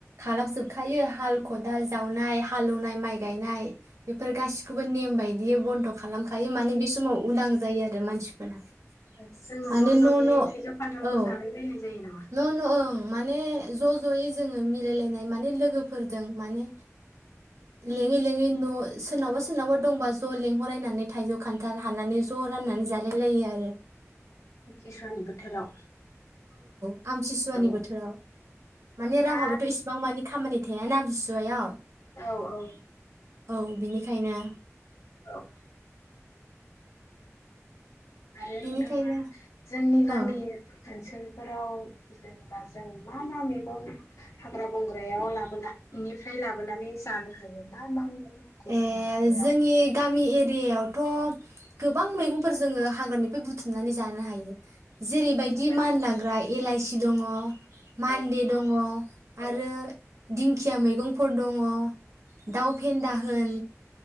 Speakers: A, on the right (about 70°); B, on the left (about 75°).
A: खालाम जोबखायो हाल खदाल जावनाय हालेवनाय माइ गायनाय बेफोर गासिखौबो नेम बायदि बि बन्द' खालामखायो माने बे समाव उदां जायो आरो मानसिफोरा
B: औ
A: माने
B: जोङो ज'
A: न'
B: ज'यै
A: न'
B: थाइजौ खान्थालखौ
A: औ
B: जालायलायनाय जायो नामा
A: न' न' ओं माने ज' ज'यै जोङो मिलायलायनाय माने लोगोफोरजों माने लेङै लेङै न' सोरनावबा सोरनावबा दंबा ज' लेंहररायनानै थाइजौ खान्थाल हानानै ज' राननानै जालायलायो आरो
B: आमथिसुवानि बोथोराव
A: आमसि सिसुवानि
B: औ
A: बोथोराव माने रांवहाबोथ'
B: दा
A: इसिबां मानि खामानि थेया आमथि सुवायाव
B: औ औ
A: औ बिनिखायनो
B: औ आरो नोंथाङा
A: बिनिखायनो
B: जोंनि गामि
A: औ
B: ओनसोल फोराव जेनेबा जों मा मा मैगं हाग्रा बंग्रायाव लाबोन निफ्राय लाबोनानै जानो हायो मा मा मैगंखौ
A: ए
B: जोङो हाग्रायाव
A: जोंनि गामि एर दैयावथ गोबां मैगंफोर जोङो हाग्रानिफ्राय बुथुमनानै जानो हायो जेरैबायदि
B: बेफोरनि
A: मानलांग्रा
B: मुंखौ
A: एलाइसि दङ मान्दे
B: औ
A: दङ
B: औ
A: आरो दिंखिया मैगंफोर दङ दाउ फेन्दा हो होन